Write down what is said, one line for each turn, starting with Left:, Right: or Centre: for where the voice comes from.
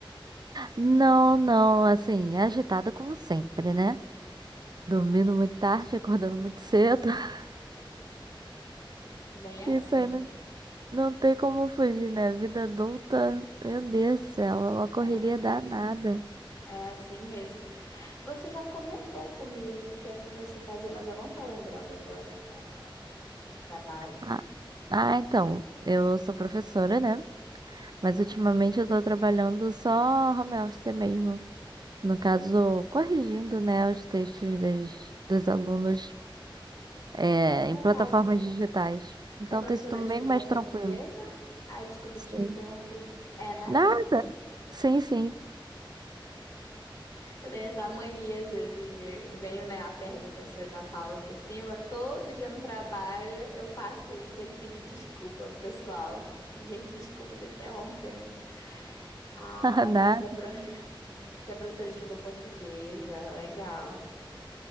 Right: Não, não, assim, agitada como sempre, né? Dormindo muito tarde, acordando muito cedo. <laughs>
Left: Bem assim.
Right: Isso aí não, não tem como fugir, né? Vida adulta, meu Deus do céu, é uma correria
Left: É,
Right: danada.
Left: é assim mesmo. Você já comentou comigo o que é que você fazia, mas eu não tô lembrando agora do trabalho.
Right: Ah, ah, então, eu sou professora, né? Mas ultimamente eu tô trabalhando só home office mesmo. no caso, corrigindo, né, os textos das- dos alunos é,
Left: Nossa,
Right: em plataformas
Left: legal. Você
Right: digitais. Então
Left: é professora
Right: tem sido
Left: de
Right: bem
Left: língua
Right: mais tranquilo.
Left: portuguesa? Ai, desculpa,
Right: Sim.
Left: te interrompi. É, né?
Right: Nada. Sim, sim.
Left: Eu tenho essa mania, às vezes, de... Venho, né, a pergunta se eu já falo por cima. Todo dia no trabalho eu faço isso, tenho que pedir desculpa pro pessoal. Gente, desculpa, tô interrompendo. Ah,
Right: <laughs> Nada.
Left: então você é, pro... você é professora de língua portuguesa, legal.